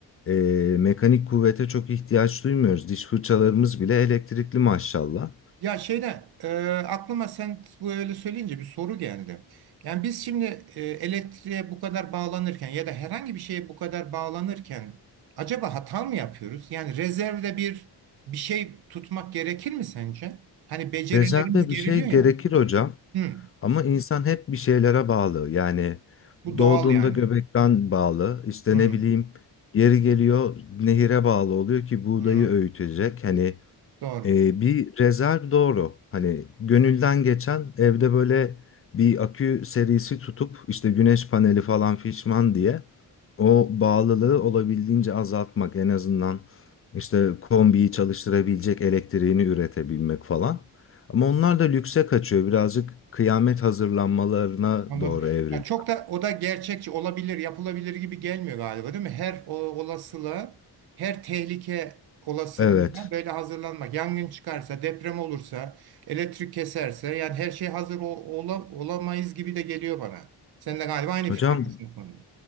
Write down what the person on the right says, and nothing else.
Ya şeyde e, aklıma sen bu öyle söyleyince bir soru geldi. Yani biz şimdi e, elektriğe bu kadar bağlanırken ya da herhangi bir şeye bu kadar bağlanırken acaba hata mı yapıyoruz? Yani rezervde bir bir şey tutmak gerekir mi sence? Hani becerilerimiz
geriliyor
ya.
Hı,
bu doğal
yani.
Hı,
hı,
doğru.
Anladım.
Ya çok da o da gerçekçi olabilir, yapılabilir gibi gelmiyor galiba, değil mi? Her o olasılığa, her tehlike olasılığına
böyle hazırlanmak. Yangın çıkarsa, deprem olursa, elektrik keserse, yani her şey hazır ol- ola- olamayız gibi de geliyor bana. Sen de galiba aynı
fikirdesin bu konuda.